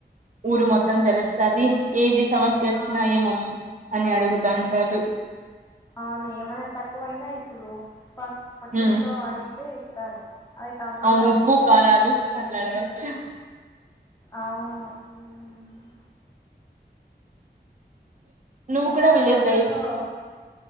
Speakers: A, on the right; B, on the left.
A: ఊరు మొత్తం తెలుస్తుది ఏది సమస్య వచ్చినా
B: ఆ
A: ఏ మమ్మ అని అడుగుతా అంటారు
B: అవునా ఏమనా తక్కువ అయినా ఇప్పుడు ప పట్టింట్లో
A: ఉమ్
B: అడిగితే తారు అది టౌన్ల
A: అవును
B: లో అయితే
A: ఉప్పు కారాలు
B: అవి ఏమి వయదు
A: అట్లా అడగచ్చు
B: అవును ఉమ్
A: నువ్వు
B: అయినా
A: కూడా విలేజ్
B: టౌన్లలో
A: లైఫ్ లో